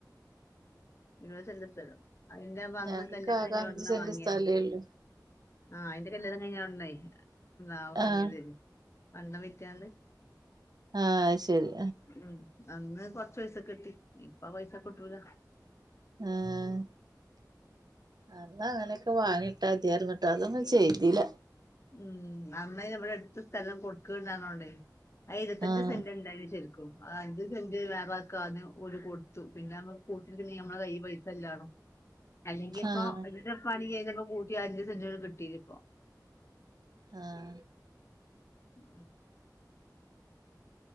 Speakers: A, on the left; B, on the right.
A: ഇരുപത് സെന്റ് സ്ഥലം അതിന്റെ അന്ന്
B: ഞങ്ങക്ക്
A: കല്യാണം
B: ആകെ
A: കഴിഞ്ഞ
B: അഞ്ച്
A: ഉടന
B: സെന്റ്
A: വാങ്ങിയ
B: സ്ഥലേ ഉള്ളൂ
A: ആഹ അയിന്റെ കല്യാണം ഉണ്ടായി എന്താ വാങ്ങിയത്
B: ആഹ്
A: പണ്ടം വിറ്റാണ്ട്
B: ആഹ ശരി
A: ഉം അന്ന് കുറച്ച് പൈസക് ട്ടി ഇപ്പ പൈസക്ക് ട്ടൂല
B: ആഹ അന്ന് അങ്ങനെയൊക്കെ വാങ്ങിട്ടാ മതീര്ന്നിട്ടാ അതൊന്നും ചെയ്തില്ല
A: ഉം അന്ന് ഇവിടെ അടുത്ത സ്ഥലം കൊടുക്ക്ണ് ണ്ടാരുന്നോണ്ടേ ആ ഇരുപത്തഞ്ച്
B: ആഹ്
A: സെന്റ് ഇണ്ടായ്ന് ശരി ക്കും അഞ്ച് സെന്റ് വേറള്ളാൾക്ക് ആദ്യം ഓരു കൊടുത്തു പിന്നെ നമ്മക്ക് കൂട്ടീട്ക്കാൻ നമ്മളെ കൈ പൈസ ഇല്ലാല്ലോ അല്ലെങ്കിപ്പോ
B: ആഹ്
A: ഒരുപ്പാണി കഴിഞ്ഞപ്പോ കൂട്ടി അഞ്ച് സെന്റട് കിട്ടിയി ഇപ്പോ
B: ആഹ
A: <inaudible>